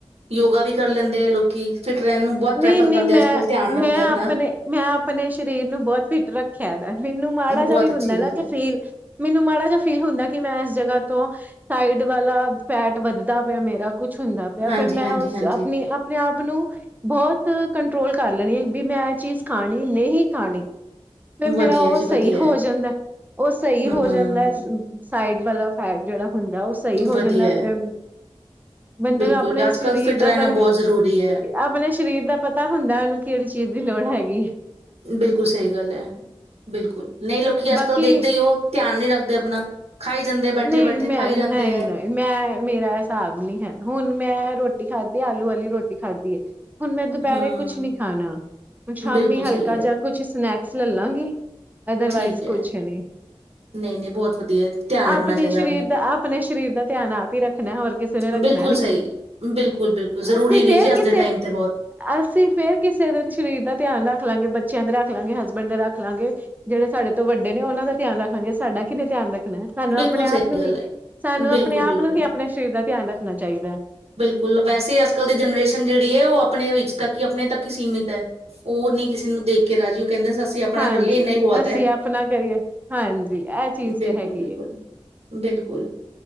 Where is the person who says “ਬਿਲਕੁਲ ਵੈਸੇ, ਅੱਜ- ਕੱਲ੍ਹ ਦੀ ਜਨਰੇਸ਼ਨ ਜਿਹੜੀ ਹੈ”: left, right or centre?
Right